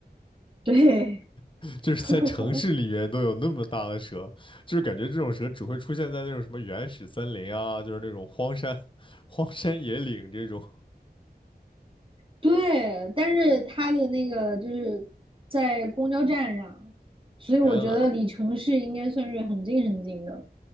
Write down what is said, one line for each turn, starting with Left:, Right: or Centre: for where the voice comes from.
Right: 对，
Left: <laughs> 就是在城市里面都有那么大的蛇，
Right: <laughs>
Left: 就是感觉这种蛇只会出现在那种什么原始森林啊，就是那种荒山、荒山野岭这种。
Right: 对，但是它的那个就是在公交站上，所以我觉得离城市应该算是很近很近的。
Left: 天哪，